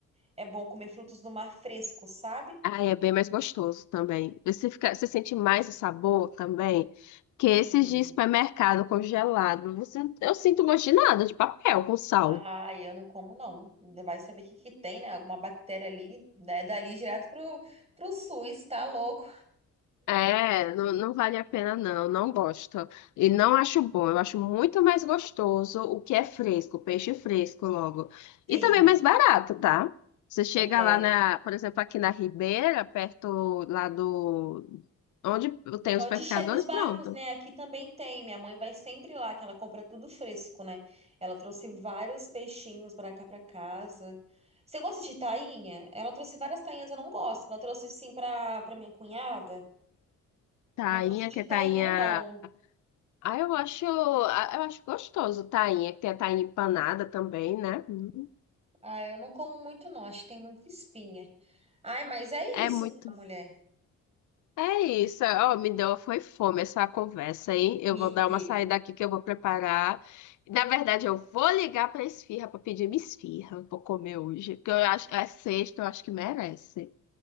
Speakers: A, on the right; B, on the left.
A: É bom comer frutos do mar fresco, sabe?
B: Ah, é bem mais gostoso também. Você fica, você sente mais o sabor também que esses
A: Sim.
B: de supermercado congelado. Você, eu sinto gosto de nada, de papel com sal.
A: Ah, eu não como não. Ainda Vai saber o que que tem, né? Alguma bactéria ali, né? Dali direto pro, pro SUS, tá louco?
B: É, não, não vale a pena não, não gosto. E não acho bom, eu acho muito mais gostoso o que é fresco, peixe fresco logo.
A: Sim.
B: E também mais barato, tá? Você chega
A: É.
B: lá na, por exemplo, aqui na Ribeira, perto lá do, onde tem
A: Onde
B: os pescadores,
A: chegam os barcos,
B: pronto.
A: né? Aqui também tem. Minha mãe vai sempre lá, que ela compra tudo fresco, né? Ela trouxe vários peixinhos pra cá pra casa. Você gosta de tainha? Ela trouxe várias tainhas, eu não gosto. Ela trouxe sim pra, pra minha cunhada.
B: Tainha,
A: Eu não gosto de
B: que é
A: tainha,
B: tainha
A: não.
B: Ah, eu acho, ah, eu acho gostoso, tainha, que tem a tainha empanada também, né? Hum,
A: Ah, eu não como muito, não. Acho que tem muita espinha. Ai, mas é
B: É
A: isso,
B: muito.
A: né, mulher?
B: É isso, ó, me deu, foi fome essa conversa, hein? Eu
A: Me
B: vou dar
A: deu.
B: uma saída aqui que eu vou preparar. Na verdade, eu vou ligar pra esfirra pra pedir minha esfirra. Eu Vou comer hoje, porque eu acho, é sexta, eu acho que merece.